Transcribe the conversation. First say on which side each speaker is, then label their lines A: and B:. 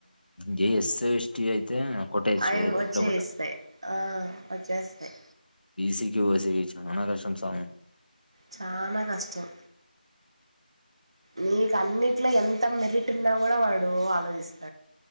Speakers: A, on the left (about 70°); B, on the right (about 35°).
A: జ ఎస్ ఎస్టి అయితే కొటేచ్
B: అవి
A: ఇచ్చు
B: వచ్చేస్తాయి
A: ఎట్ల కొట్ట
B: ఆ వచ్చేస్తాయి
A: ఇసికి ఓసికి చాన ప్రశంసాయం
B: చనాా కష్టం నీకు అన్నిట్లో ఎంత మెరిట్ ఉన్నా కూడా వాడు ఆలోచిస్తా